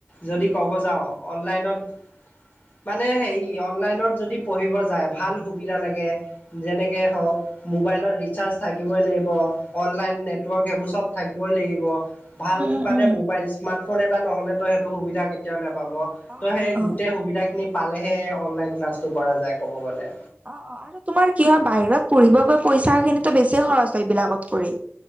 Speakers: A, on the left; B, on the right.
A: যদি ক'ব যাও অনলাইনত মানে হেৰি অনলাইনত যদি পঢ়িব যায় ভাল সুবিধা লাগে। যেনেকে হওক মোবাইলৰ ৰিচাৰ্জ থাকিবই লাগিব অনলাইন নেটৱৰ্ক সেইবোৰ চব থাকিবই লাগিব। ভাল
B: উম উম
A: মানে
B: উম
A: মোবাইল স্মাৰ্টফোন এটা নহ'লে ত সেইটো সুবিধা কেতিয়াও নাপাব
B: অ
A: ত' সেই
B: অ অ
A: গোটেই সুবিধাখিনি পালেহে অনলাইন ক্লাছটো কৰা যায় ক'ব গ'লে।
B: অ অ আৰু তোমাৰ কি হয় বাহিৰত পঢ়িব গৈ পইচা খিনিতো বেছি খৰচ হয় এইবিলাকত কৰি